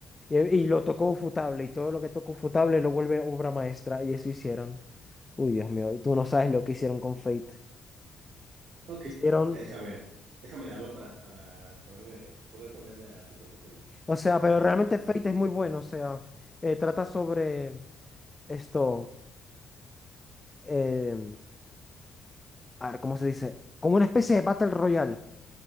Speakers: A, on the left; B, on the right.
A: y- y lo tocó Ufotable, y todo lo que tocó Ufotable lo vuelve obra maestra, y eso hicieron. Uy, Dios mío, tú no sabes lo que hicieron con Fate.
B: Ok,
A: Hicieron
B: déjame, déjame la veo para, para ponerme, poder ponerme al tú por tú con
A: O sea,
B: la
A: pero
B: disculpa.
A: realmente Fate es muy bueno, o sea, eh, trata sobre esto, eh, a ver, ¿cómo se dice? Como una especie de Battle Royale,